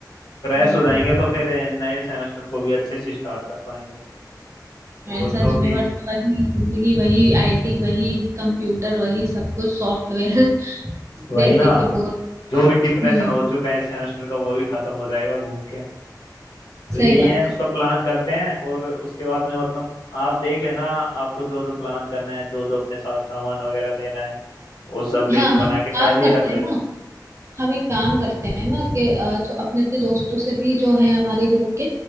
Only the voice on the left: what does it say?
फ्रेश
हो जाएंगे तो फिर नए सेमेस्टर को भी अच्छे से स्टार्ट कर पाएंगे और
जो भी
वही
ना
जो भी डिप्रेशन
हो चुका है इस सेमेस्टर का वो भी खत्म हो जाएगा घूम के तो
यही
है उसका
प्लान करते हैं और उसके बाद में मतलब आप देख लेना आपको जो जो प्लान करना है जो जो अपने साथ सामान वगैरह लेना है वो सब लिस्ट
बना
के पहले
ही रख लेना